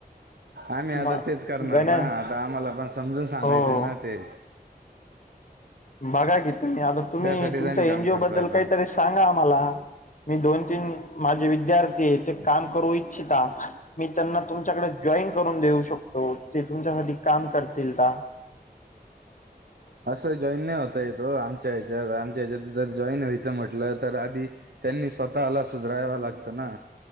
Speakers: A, on the right; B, on the left.
A: आम्ही आता
B: म
A: तेच करणार
B: गण
A: ना आता आम्हाला पण समजून सांगायचंय
B: हो
A: ना ते
B: बघा की तुम्ही आता तुम्ही
A: त्यासाठीच
B: तुमच्या
A: आम्ही काम
B: एनजीओ
A: करतो
B: बद्दल
A: आता
B: काहीतरी सांगा आम्हाला मी दोन तीन माझे विद्यार्थी आहे ते काम करू इच्छिता मी त्यांना तुमच्याकडे जॉईन करून देऊ शकतो ते तुमच्यासाठी काम करतील का? <unintelligible>
A: असं जॉईन नाही होता ये ओ आमच्या ह्याच्यात आमच्या ह्याच्यात जर जॉईन व्हायचं म्हटलं तर आधी त्यांनी स्वतःला सुधराया लागतं ना